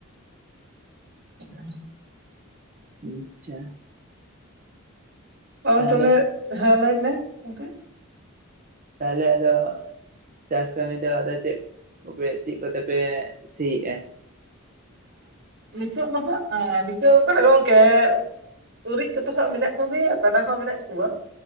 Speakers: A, on the right; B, on the right.
A: ᱪᱮᱜ
B: ᱟᱤᱻᱪᱪᱷᱟ ᱾
A: ᱟᱹᱣ
B: ᱛᱟᱦᱚᱞᱮ
A: ᱛᱚᱞᱮ, ᱦᱮᱸ! ᱞᱟᱹᱭ ᱢᱮ ᱜᱚᱢᱠᱮ ᱾
B: ᱛᱟᱦᱞᱮ ᱟᱫᱚ ᱪᱟᱥ ᱠᱟᱹᱢᱤ ᱫᱚ, ᱟᱫᱚ ᱪᱮᱫ, ᱪᱮᱫ ᱠᱚᱛᱮ ᱯᱮ, ᱥᱤᱭᱮᱫᱼᱟ ᱾
A: ᱱᱤᱛᱚᱜ ᱫᱚ ᱦᱟᱸᱜ, ᱟᱸᱻ, ᱱᱤᱛᱚᱶ ᱟᱠᱟᱱᱟ ᱜᱚᱢᱠᱮ ᱾ ᱩᱨᱤᱡ ᱠᱚᱫᱚ ᱦᱟᱸᱜ, ᱢᱮᱱᱟᱜ ᱠᱚᱜᱮᱭᱟ ᱾ ᱠᱟᱰᱟ ᱦᱚᱸ ᱢᱮᱱᱟᱜ ᱠᱚᱣᱟ,